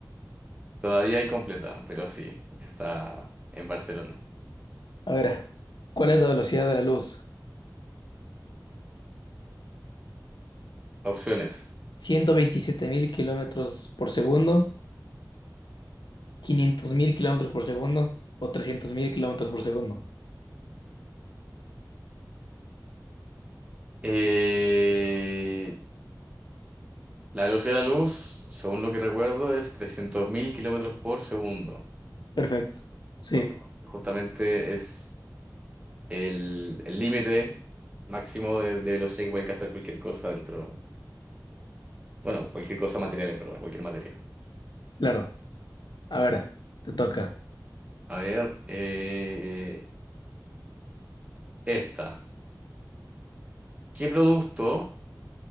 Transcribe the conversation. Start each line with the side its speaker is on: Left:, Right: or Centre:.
Right: Todavía incompleta, pero sí, está en Barcelona.
Left: A ver, ¿cuál es la velocidad de la luz?
Right: Opciones.
Left: Ciento veintisiete mil kilómetros por segundo? quinientos mil kilómetros por segundo? ¿O trescientos mil kilómetros por segundo?
Right: Eh, la velocidad de la luz, según lo que recuerdo, es 300.000 kilómetros por segundo.
Left: Perfecto. Sí,
Right: Just- Justamente es el el límite máximo de, de velocidad que puede alcanzar cualquier cosa dentro. Bueno, cualquier cosa material, en verdad, cualquier material.
Left: claro. A ver, te toca.
Right: A ver, eh, esta. ¿Qué producto